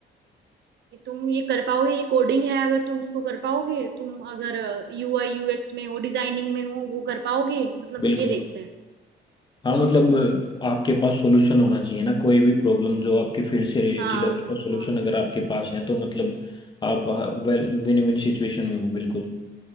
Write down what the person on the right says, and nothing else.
कि तुम ये कर पाओगे ये कोडिंग है अगर तुम इसको कर पाओगे तुम अगर यूआई यूएक्स में हो डिजाइनिंग में हो वो कर पाओगे मतलब
ये देखते हैं
हाँ
हाँ